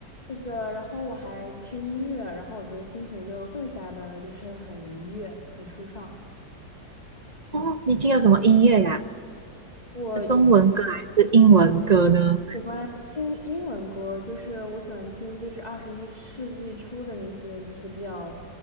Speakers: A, on the left (about 25°); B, on the right (about 45°).
A: 是的，然后我还听音乐，然后我就心情就更加的就是很愉悦，很舒畅。
B: 哦，你听了什么音乐呀、
A: 我
B: 是中文歌还是英文歌呢？
A: 喜欢听英文歌，就是我喜欢听就是二十一世纪初的那些，就是比较，